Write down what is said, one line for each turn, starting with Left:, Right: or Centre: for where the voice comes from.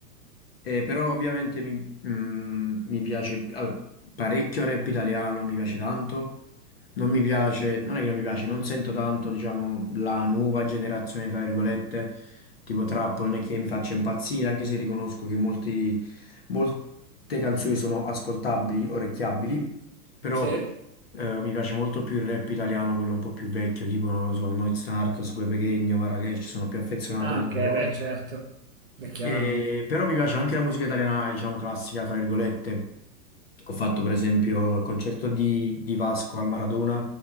Left: Eh, però ovviamente mi, mm, mi piace allora, parecchio rap italiano, mi piace tanto. Non mi piace, non è che non mi piace, non sento tanto, diciamo, la nuova generazione, tra virgolette, tipo trap, non è che mi faccia impazzire, anche se riconosco che molti, molte canzoni sono ascoltabili, orecchiabili, però
Right: Sì?
Left: eh, mi piace molto più il rap italiano, quello un po' più vecchio, tipo, non lo so, Noyz Narcos, Guè Pequeno, Marracash, sono più affezionato
Right: Ah,
Left: a loro.
Right: ok, beh, certo. È chiaro.
Left: E- però mi piace anche la musica italiana, diciamo classica, fra virgolette. Ho fatto per esempio il concerto di, di Vasco al Maradona,